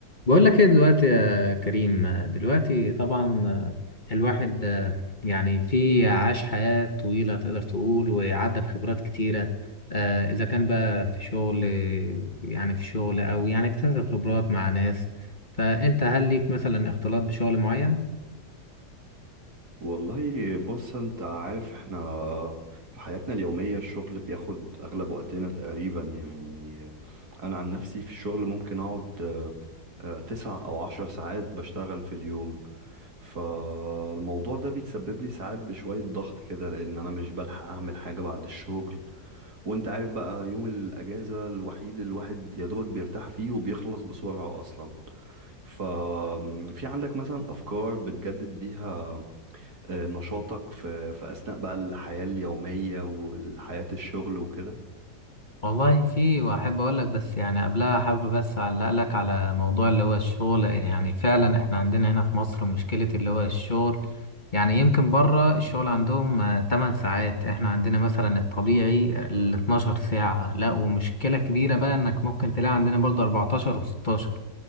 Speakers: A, on the left; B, on the right.
A: بقول لك ايه دلوقتي يا كريم دلوقتي طبعا الواحد يعني في عاش حياة طويلة تقدر تقول وعدى بخبرات كتيرة آه، إذا كان بقى في شغل يعني في شغل أو يعني اكتسب خبرات مع ناس فأنت هل ليك مثلا اختلاط بشغل معين؟
B: والله بص انت عارف احنا في حياتنا اليومية الشغل بياخد اغلب وقتنا تقريبا يعني انا عن نفسي في الشغل ممكن اقعد آه، آه، تسع او عشر ساعات بشتغل في اليوم فالموضوع ده بيتسبب لي ساعات بشوية ضغط كده لان انا مش بلحق اعمل حاجة بعد الشغل وانت عارف بقى يوم الاجازة الوحيد الواحد يا دوبك بيرتاح فيه وبيخلص بسرعة اصلا ففي عندك مثلا افكار بتجدد بيها آه، نشاطك في في أثناء بقى الحياة اليومية والحياة الشغل وكده
A: والله في واحب اقول لك بس يعني قبلها حابب بس اعلق لك على موضوع اللي هو الشغل يعني فعلا احنا عندنا هنا في مصر مشكلة اللي هو الشغل يعني يمكن بره الشغل عندهم آه، 8 ساعات احنا عندنا مثلا الطبيعي ال 12 ساعة لا ومشكلة كبيرة بقى انك ممكن تلاقي عندنا برضه 14 و16